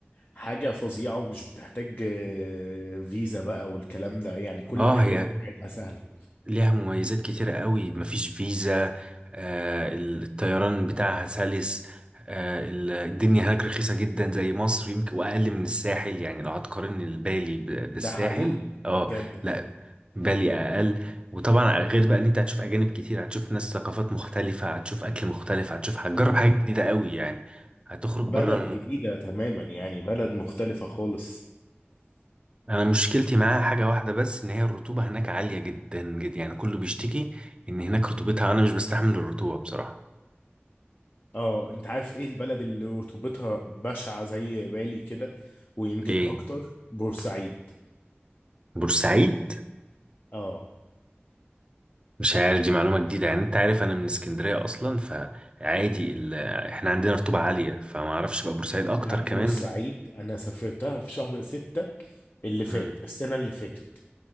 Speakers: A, on the left (about 50°); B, on the right (about 25°).
A: حاجة فظيعة ومش بتحتاج آه، فيزا بقى والكلام ده يعني كل
B: اه
A: الحاجات
B: هي
A: بتاعتها سهلة
B: ليها مميزات كتيرة قوي مفيش فيزا آه، الطيران بتاعها سلس آه، ال- الدنيا هناك رخيصة جدا زي مصر يمكن وأقل من الساحل يعني لو هتقارن البالي ب- بالساحل
A: ده حقيقي ده
B: اه
A: بجد اي
B: لا بالي أقل وطبعا غير بقى ان انت هتشوف اجانب كتير هتشوف ناس ثقافات مختلفة هتشوف اكل مختلف هتشوف هتجرب
A: اه
B: حاجة جديدة قوي يعني هتخرج
A: بلد
B: بره المود
A: جديدة تماما يعني بلد مختلفة خالص
B: انا مشكلتي معاها حاجة واحدة بس ان هي الرطوبة هناك عالية جدا جدا يعني كله بيشتكي ان هناك رطوبتها انا مش بستحمل الرطوبة بصراحة
A: اه انت عارف ايه البلد اللي رطوبتها بشعة زي بالي كده ويمكن
B: ايه
A: اكتر بورسعيد
B: بورسعيد
A: اه
B: مش عارف دي معلومة جديدة يعني انت عارف انا من اسكندرية اصلا فعادي ال... <laughs> احنا عندنا رطوبة عالية فما اعرفش بقى بورسعيد اكتر
A: لا
B: كمان
A: بورسعيد انا سافرتها في شهر ستة اللي
B: امم
A: فات السنة اللي فاتت